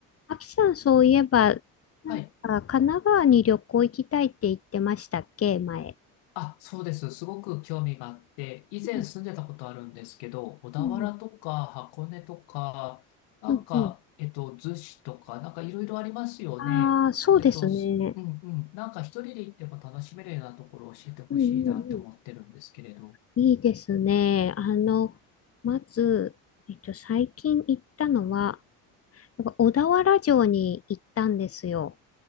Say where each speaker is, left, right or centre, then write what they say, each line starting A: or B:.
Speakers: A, on the left; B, on the left.
A: あきさん、そういえば、なんか、
B: はい。
A: 神奈川に旅行行きたいって言ってましたっけ、前。
B: あ、そうです。すごく興味があって、以前住んでたことあるんですけど、
A: うん
B: 小田原とか箱根とか、
A: うん、
B: なんか、
A: うん、うん。
B: えっと、逗子とか、なんかいろいろありますよね。
A: ああ、そうですね。
B: えっと、すうんうん。なんか一人で行っても楽しめるようなところを教えてほしいなって思ってるんですけれど。
A: うん、うん、うん。いいですね。あの、まず、えっと、最近行ったのは、なんか小田原城に行ったんですよ。